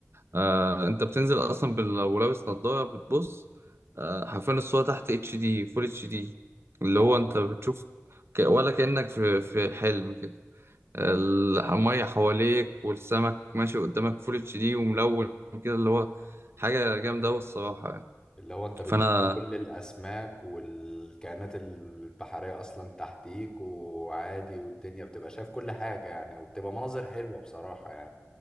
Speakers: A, on the right (about 55°); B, on the left (about 15°).
A: آه أنت بتنزل أصلا بال- لو لابس نضارة بتبص آه حرفيا الصورة تحت اتش دي فول اتش دي اللي
B: اه
A: هو أنت بتشوف ك... ولا كأنك في في حلم كده المية حواليك والسمك ماشي قدامك فول اتش دي وملون كده اللي هو حاجة جامدة أوي الصراحة يعني
B: اللي هو انت
A: فأنا
B: بتشوف كل الاسماك والكائنات البحرية اصلا تحتيك وعادي والدنيا بتبقى شايف كل حاجة يعني وبتبقى مناظر حلوة بصراحة يعني